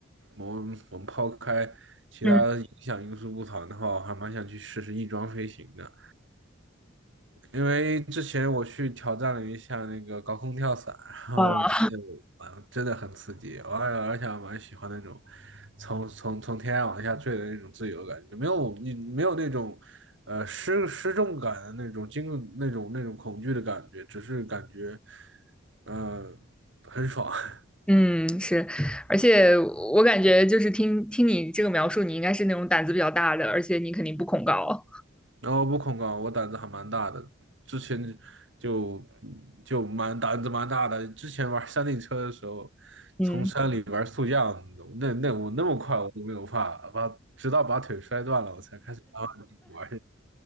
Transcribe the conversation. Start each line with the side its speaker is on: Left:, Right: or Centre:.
Right: 我们我们抛开其他影响因素不谈的话，
Centre: 嗯，
Right: 我还蛮想去试试翼装飞行的。因为之前我去挑战了一下那个高空跳伞，然后我觉得蛮真的很刺激，
Centre: 啊
Right: 而而且我蛮喜欢那种从从从天上往下坠的那种自由感，没有你没有那种呃失失重感的那种惊那种那种恐惧的感觉，只是感觉呃很爽。<laughs>
Centre: 嗯，是，而且我感觉就是听听你这个描述，你应该是那种胆子比较大的，而且你肯定不恐高。
Right: 然后不恐高，我胆子还蛮大的，之前就就蛮胆子蛮大的。之前玩山地车的时候，
Centre: 嗯
Right: 从山里玩速降，那那我那么快我都没有怕，把直到把腿摔断了，我才开始慢慢地玩。